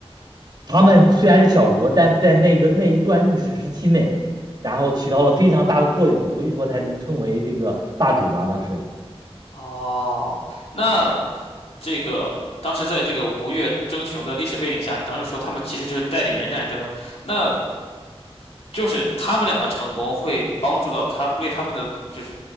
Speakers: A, on the right (about 40°); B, on the left (about 65°).
A: 他们虽然是小国，但在那个那一段历史时期内，然后起到了非常大的作用，所以说才能称为这个霸主嘛，当时。
B: 哦，那这个当时在这个吴越争雄的历史背景下，你当时说他们其实就是代理人战争，那就是他们俩的成功会帮助到他，为他们的就是